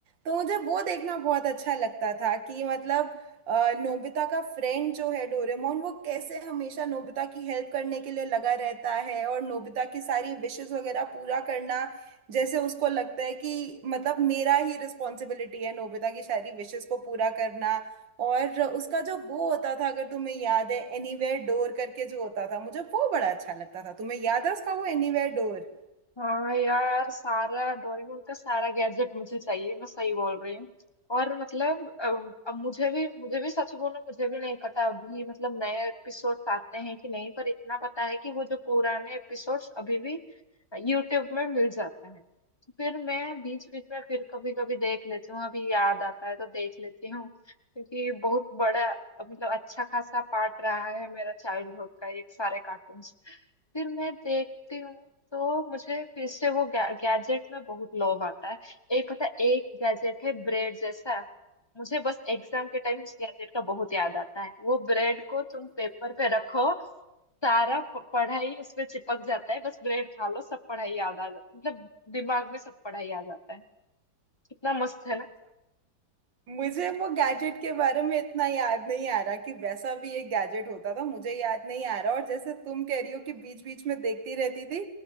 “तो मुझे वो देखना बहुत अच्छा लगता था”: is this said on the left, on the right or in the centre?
Right